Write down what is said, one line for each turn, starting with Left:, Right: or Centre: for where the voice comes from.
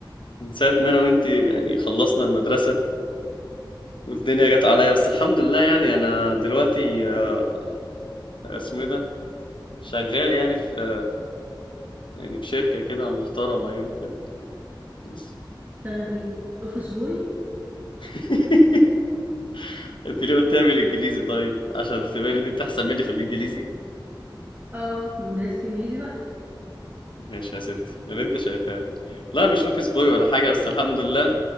Left: من ساعة ما أنا وأنت يعني خلصنا المدرسة والدنيا جت عليا بس الحمد لله يعني أنا دلوقتي آه، اسمه إيه ده شغال يعني في يعني في شركة كده محترمة يعني كده بص
Right: اشتغل إيه؟ أوفيس بوي
Left: <laughs> أنت ليه قلت لي بالإنجليزي طيب عشان تبين إن أنت أحسن مني في الإنجليزي
Right: اه مدرسة انجليزي بقى
Left: ماشي يا ستي اللي أنت شايفاه لا مش أوفيس بوي ولا حاجة بس الحمد لله